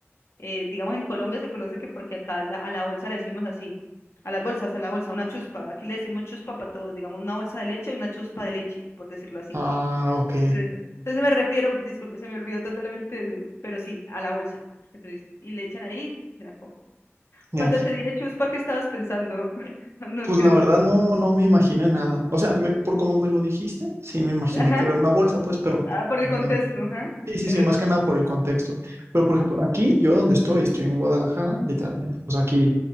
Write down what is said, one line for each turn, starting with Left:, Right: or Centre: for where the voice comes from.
Left: eh, digamos en Colombia se conoce que porque acá la- a la bolsa le decimos así, a las bolsas, a la bolsa, una chuspa. Aquí le decimos chuspa para todo, digamos una bolsa de leche y una chuspa de leche, por decirlo así.
Right: Ah, ok.
Left: Entonces eso. entonces me refiero, disculpe, se me olvidó totalmente, de- pero sí, a la bolsa que tú dices. Y le echan ahí, se la comen.
Right: Ya.
Left: Cuando te dije chuspa, ¿qué estabas pensando? <laughs> No,
Right: Pues
Left: ¿qué
Right: la
Left: haces?
Right: verdad no, no me imaginé nada. O sea, me- por como me lo dijiste, sí me imaginé
Left: Ajá,
Right: que era una bolsa, pues, pero.
Left: ah, por
Right: o
Left: el contexto,
Right: sea,
Left: ajá.
Right: sí, sí,
Left: Pero
Right: sí, más que nada por el contexto. Pero, por ejemplo, aquí, yo donde estoy, estoy en Guadalajara, literalmente. Pues aquí,